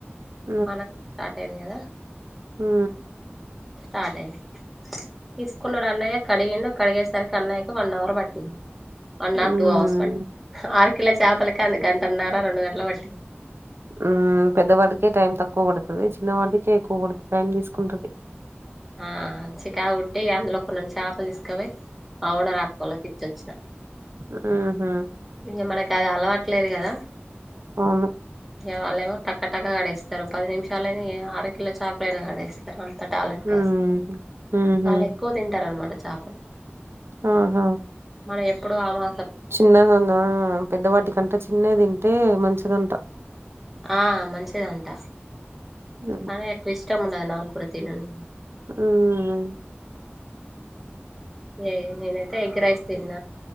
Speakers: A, on the right; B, in the centre.
A: స
B: మనక్ స్టార్ట్ అయింది కదా
A: మ్
B: స్టార్ట్ అయ్యంది తీసుకున్నాడు అన్నయ్య కడిగిండు కడిగేసరికి అన్నయ్యకి వన్ అవర్ పట్టింది వన్
A: హ్మ్.
B: ఆర్ టూ అవర్స్ పట్టి ఆర కిలో చేపలకి అంత గంటన్నర రెండు గంటల పట్
A: మ్ పెద్దవాడికే టైం తక్కువ పడుతది చిన్నవాడికే ఎక్కువ పడు టైం తీసుకుంటది
B: ఆ చికాకు పుట్టి అందులో కొన్ని చేపలు తీసుకపోయి మా ఓనర్ ఆక్కోళ్ళకు ఇచ్చొచ్చినా
A: మ్ హు
B: ఇంగ మనకి అది అలవట్లేదు కదా
A: అవును
B: ఇగ వాళ్ళేమో టక్క టక కడేస్తారు పది నిమిషాలనే అర కిల చేపలైనా కడేస్ స్తారు అంత టాలెంట్
A: హ్మ్.
B: పస్
A: హుహు.
B: వాల్లు ఎక్కువ తింటారనమాట చేపలు
A: ఆహా
B: మనం ఎప్పుడు ఆమా
A: చిన్నదనా పెద్దవాటికంతా చిన్న తింటే మంచిదంట
B: ఆ మంచిదంట
A: హ్మ్.
B: కానీ ఎక్కువ ఇష్టం ఉండదు నాకు కూడా తినని
A: ఉమ్
B: ఏ నేనైతే ఎగ్ రైస్ తిన్న